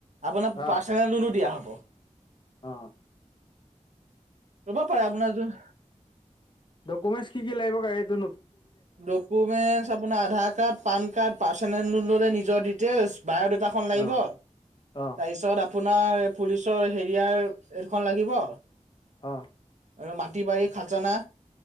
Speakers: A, on the right; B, on the left.
A: আপোনাক
B: অ
A: পাৰ্চনেল লোনো দিয়া হ'ব।
B: অ
A: ৰ'বা পাৰে আপোনাৰ যোন
B: ডকুমেণ্ট কি লাগিব সেইটো?
A: ডকুমেন্ট আপোনাৰ Aadhaar card pan card personal নিজৰ ডিটেইলছ বায় খন লাগিব
B: অ
A: তাৰপিছত
B: অঁ
A: আপোনাৰ পুলিচৰ সেৰিয়াৰ এইখন লাগিব।
B: অ।
A: আৰু মাটি বাৰী খাজানা